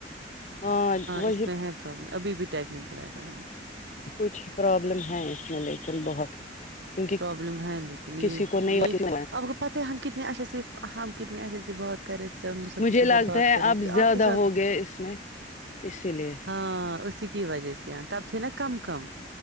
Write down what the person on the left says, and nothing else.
ہاں وہ
کچھ پرابلم ہیں اس میں لیکن بہت کیونکہ
کسی کو نہیں
مجھے
لگتا
ہے
اب
زیادہ
ہو گئے اس میں اسی لیے